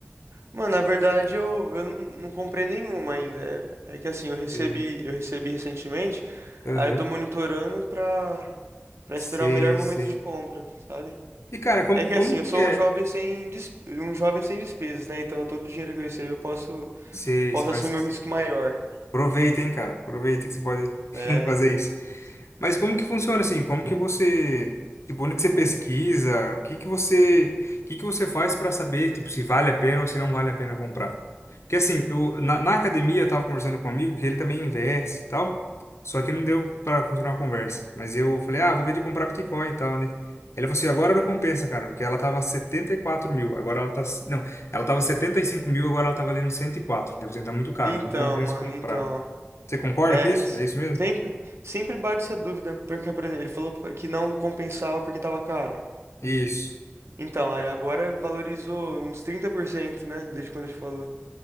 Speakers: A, on the right; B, on the left.
A: Mano, na verdade eu, eu não não comprei nenhuma ainda. É é que assim, eu recebi,
B: Sei.
A: eu recebi recentemente,
B: Aham.
A: aí eu tô monitorando pra, pra
B: Sei,
A: esperar o melhor momento
B: sei.
A: de compra, sabe?
B: E, cara, como,
A: É que
B: como
A: assim, eu
B: que
A: sou
B: é?
A: um jovem sem, des- um jovem sem despesas, né? Então todo o dinheiro que eu recebo eu posso,
B: Sei,
A: posso
B: você faz.
A: assumir um risco maior,
B: Aproveita, hein, cara. Aproveita que você pode <laughs>
A: né?
B: fazer isso.
A: Sim, sim.
B: Mas como que funciona assim? Como que você, tipo, onde que você pesquisa? O que que você, o que que você faz para saber, tipo, se vale a pena ou se não vale a pena comprar? Porque assim, eu na, na academia eu tava conversando com um amigo que ele também investe e tal, só que não deu para continuar a conversa. Mas eu falei: "Ah, vou ver de comprar Bitcoin e tal, né?" Ele falou assim: "Agora não compensa, cara, porque ela tava 74 mil, agora ela tá, não, ela tava 75 mil, agora ela tá valendo 104. Deve ser tá muito caro,
A: Então,
B: não compensa
A: mano,
B: comprar."
A: então.
B: Você concorda
A: É,
B: com isso?
A: s-
B: É isso mesmo?
A: sempre, sempre bate essa dúvida, porque, por exemplo, ele falou pra- que não compensava porque tava caro.
B: Isso.
A: Então, aí agora valorizou uns trinta por cento né? Desde quando ele falou.